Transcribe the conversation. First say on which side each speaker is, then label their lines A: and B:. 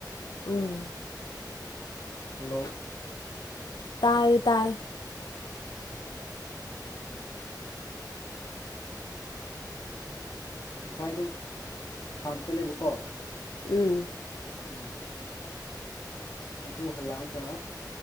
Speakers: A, on the left; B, on the left.
A: ꯎꯝ
B: ꯍꯜꯂꯣ
A: ꯇꯥꯏ ꯇꯥꯏ
B: ꯉꯁꯥꯏꯗꯣ ꯐꯥꯔꯝ ꯆꯠꯂꯦꯕꯀꯣ
A: ꯎꯝ
B: ꯎꯝ ꯑꯗꯨ ꯍꯜꯂꯛꯑꯒ